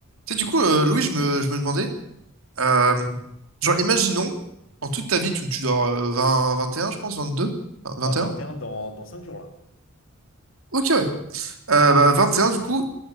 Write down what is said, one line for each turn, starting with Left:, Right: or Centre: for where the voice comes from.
Right: Tu sais, du coup, euh, Louis, je me, je me demandais, euh, genre, imaginons, en toute ta vie, tu, tu dors euh, vingt, vingt et un je pense, vingt-deux, vingt deux
Left: Bah
Right: vingt
Left: 21
Right: et un
Left: dans, dans 5 jours là.
Right: Ok, ouais. Euh, bah, vingt et un du coup,